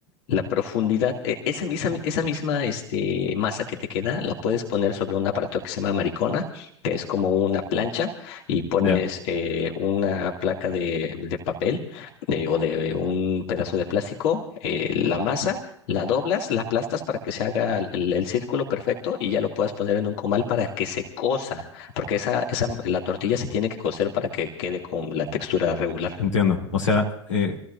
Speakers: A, on the left; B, on the left.
A: la profundidad, eh, esa, esa, esa misma este, masa que te queda, la puedes poner sobre un aparato que se llama maricona, que es como una plancha, y pones
B: ya,
A: eh, una placa de, de papel de- o de un pedazo de plástico, eh, la masa, la doblas, la aplastas para que se haga el, el círculo perfecto y ya lo puedas poner en un comal para que se cosa, porque esa, esa, la tortilla se tiene que cocer para que quede con la textura regular.
B: entiendo. O sea, eh,